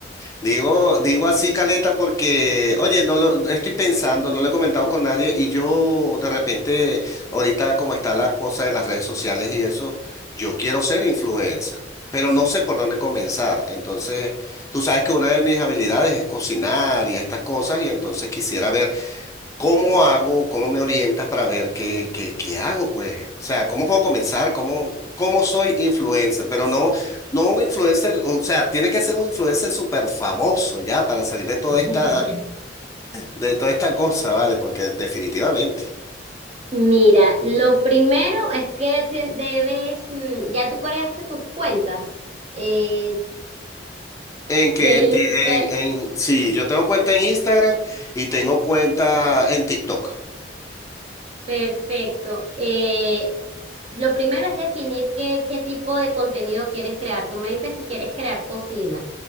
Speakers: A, on the left (about 20°); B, on the right (about 35°).
A: Digo, digo así caleta porque, oye, no lo estoy pensando, no lo he comentado con nadie y yo de repente, ahorita como está la cosa de las redes sociales y eso, yo quiero ser influencer, pero no sé por dónde comenzar. Entonces, tú sabes que una de mis habilidades es cocinar y estas cosas y entonces quisiera ver ¿Cómo hago? ¿Cómo me orientas para ver qué, qué, qué hago? Pues, o sea, ¿cómo puedo comenzar? ¿Cómo, cómo soy influencer? Pero no, no un influencer, o sea, tiene que ser un influencer súper famoso ya para salir de toda
B: <laughs>
A: esta, de toda esta cosa, ¿vale? Porque definitivamente.
B: Mira, lo primero es que te- debes, mm, ya tú creaste tus cuentas eh,
A: En que
B: de Instagram,
A: en, ti- en, en- sí, yo tengo cuenta en Instagram y tengo cuenta en TikTok.
B: Perfecto. Eh, lo primero es definir qué, qué tipo de contenido quieres crear. Tú me dices que quieres crear cocina,